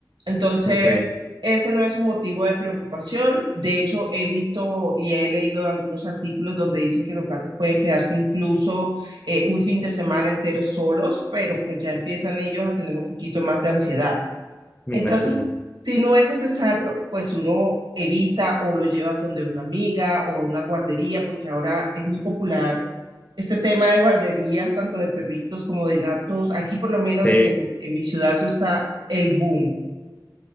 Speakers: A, on the right; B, on the left.
A: Entonces,
B: Ok,
A: ese no es un motivo de preocupación. De hecho, he visto y he leído algunos artículos donde dicen que los gatos pueden quedarse incluso eh, un fin de semana entero solos, pero pues ya empiezan ellos a tener un poquito más de ansiedad.
B: me
A: Entonces,
B: imagino.
A: si no es necesario, pues uno evita o lo llevas donde una amiga o a una guardería, porque ahora es muy popular este tema de guarderías, tanto de perritos como de gatos. Aquí por lo menos
B: Sí.
A: en, en mi ciudad eso está el boom.